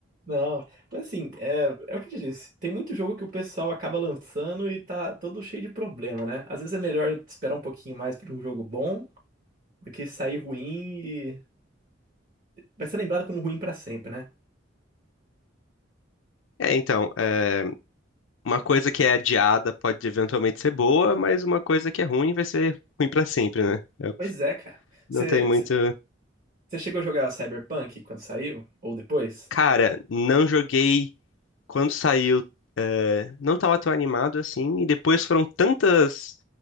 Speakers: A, on the right; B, on the left.
A: Não, mas assim, é, é o que eu te disse. Tem muito jogo que o pessoal acaba lançando e tá todo cheio de problema, né? Às vezes é melhor esperar um pouquinho mais pra um jogo bom do que sair ruim e vai ser lembrado como ruim pra sempre, né?
B: É, então, é, uma coisa que é adiada pode eventualmente ser boa, mas uma coisa que é ruim vai ser ruim pra sempre, né? Eu
A: Pois é, cara.
B: não
A: Você
B: tem muito.
A: você- você chegou a jogar Cyberpunk quando saiu? Ou depois?
B: Cara, não joguei quando saiu, é, não estava tão animado assim, e depois foram tantas.